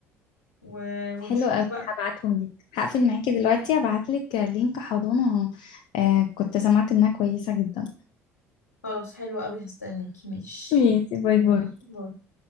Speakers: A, on the left; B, on the left.
A: و... ونشوف
B: حلو قوي
A: بقى
B: هبعتهم لك هقفل معاكي دلوقتي هبعت لك لينك حضانة آه كنت سمعت انها كويسة جدا
A: خلاص حلو قوي هستناكي ماشي
B: ميسي باي
A: يلا
B: باي
A: باي.